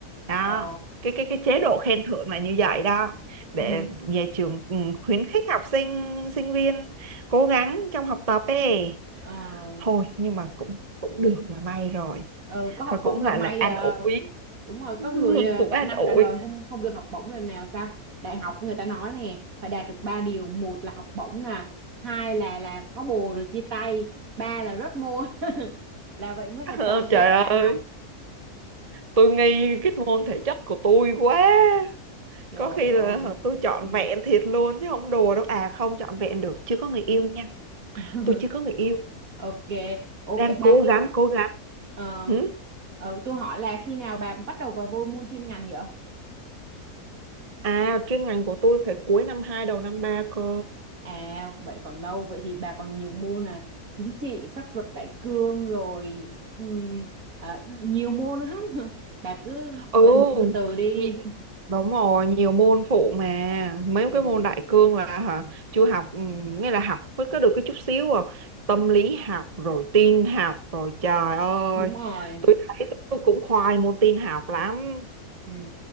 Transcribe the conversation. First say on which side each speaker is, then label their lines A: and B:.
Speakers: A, on the right (about 30°); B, on the right (about 65°).
A: đó
B: ờ.
A: cái cái cái chế độ khen thưởng là như vậy đó để
B: Ừ.
A: nhà trường ừ, khuyến khích học sinh sinh viên cố gắng trong học tập ấy
B: Ờ,
A: thôi nhưng mà cũng cũng được là may rồi
B: ừ, có học
A: rồi
B: bổng
A: cũng
B: là
A: gọi
B: may
A: là an
B: ờ,
A: ủi
B: đúng rồi
A: <laughs>
B: có người ờ,
A: cũng
B: cả
A: an
B: năm
A: ủi
B: cả đời không không được học bổng lần nào sao đại học người ta nói nè phải đạt được ba điều một là học bổng nè hai là là có bồ rồi chia tay ba là rớt môn <laughs> là vậy mới là trọn
A: Ờ, trời
B: vẹn đại
A: ơi
B: học
A: tôi nghi cái môn thể chất của tôi quá
B: trời
A: có khi
B: ơi
A: là tôi chọn
B: ừ.
A: vẹn thiệt luôn chứ không đùa đâu à không chọn vẹn được chưa có người yêu nha
B: <laughs>
A: tôi chưa có người yêu
B: ok ok
A: đang cố
B: bà khi
A: gắng cố gắng
B: ờ,
A: Hử?
B: ờ, tôi hỏi là khi nào bà bắt đầu vào vô môn chuyên ngành vậy
A: à chuyên ngành của tôi phải cuối năm 2 đầu năm 3 cơ
B: À vậy còn lâu vậy thì bà còn nhiều môn là chính trị pháp luật đại cương rồi ừm, à, nhiều môn lắm <laughs> bà cứ
A: ừ
B: tận hưởng từ từ đi
A: nhị- đúng rồi nhiều môn phụ mà mấy
B: ừ,
A: cái môn đại cương là hả chưa học ừ, nghĩa là học mới có được cái chút xíu à tâm lý học rồi tin học rồi trời ơi
B: đúng rồi
A: tôi thấy tôi cũng khoai môn tin học lắm
B: Ừ.